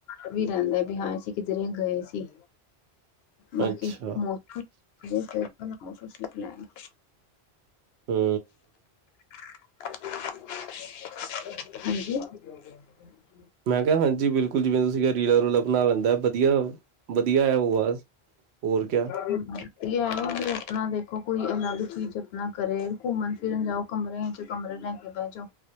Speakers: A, on the left; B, on the right.
A: ਐਵੀ ਰਹਿੰਦਾ ਬੁ ਹਾਂ ਅਸੀਂ ਕਿਧਰੇ ਗਏ ਸੀ। ਬਾਕੀ
B: ਅੱਛਾ,
A: ਮੌਸਮ ਫੇ <unintelligible> ਤੁਸੀਂ ਲੈ ਆਣਾ।
B: ਹੂੰ।
A: ਹਾਂਜੀ। ਕਿਓ ਤਿਆਰ ਕਰਦੇ ਨੇ?
B: ਮੈਂ ਕਿਆ, ਹਾਂਜੀ, ਬਿਲਕੁਲ ਜਿਵੇਂ ਤੁਸੀਂ ਕੀਆ ਰੀਲਾ-ਰੁਲਾ ਬਣਾ ਲੈਂਦਾ ਵਧੀਆ। ਵਧੀਐ, ਔ ਵਾਜ਼, ਹੋਰ ਕਿਆ।
A: <unintelligible> ਯਾ ਹੋ ਬੀ, ਅਪਣਾ ਵੇਖੋ ਕੋਈ ਅਲੱਗ ਚੀਜ਼, ਅਪਣਾ ਕਰੇ ਘੁੰਮਣ ਫਿਰਨ ਜਾਓ। ਕਮਰੇਆ ਚ ਕਮਰੇ ਲੈ ਕੇ ਬੈ ਜੋ।